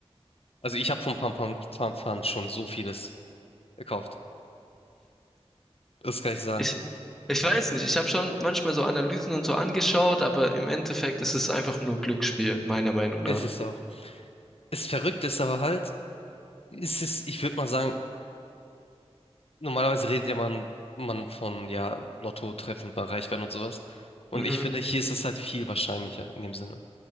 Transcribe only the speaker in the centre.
Ich, ich weiß nicht. Ich habe schon manchmal so Analysen und so angeschaut, aber im Endeffekt ist es einfach nur Glücksspiel, meiner Meinung nach.
Mhm.